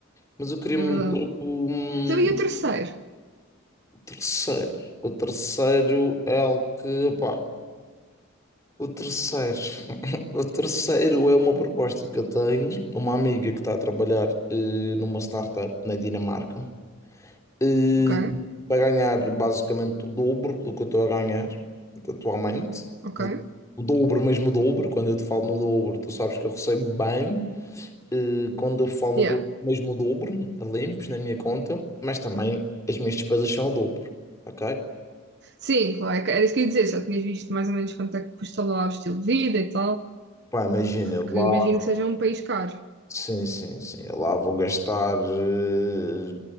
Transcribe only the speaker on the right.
É
verdade.
Então, e o terceiro?
Ok,
ok.
Yeah.
Sim, claro, era isso que eu ia dizer. Já tinhas visto mais ou menos quanto é que custa lá o estilo de vida e tal,
porque
imagino que seja um país caro.